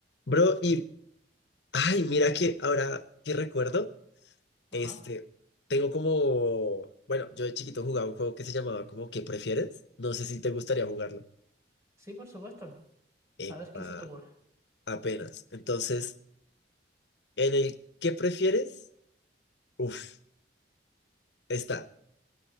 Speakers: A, on the left; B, on the right.
A: Bro, y, ay, mira que ahora que recuerdo,
B: Ajá,
A: este, tengo como, bueno, yo de chiquito jugaba un juego que se llamaba como ¿Qué prefieres? No sé si te gustaría jugarlo.
B: sí, por supuesto.
A: Epa,
B: A ver qué se te ocurre.
A: apenas. Entonces, en el ¿Qué prefieres? Uf, está.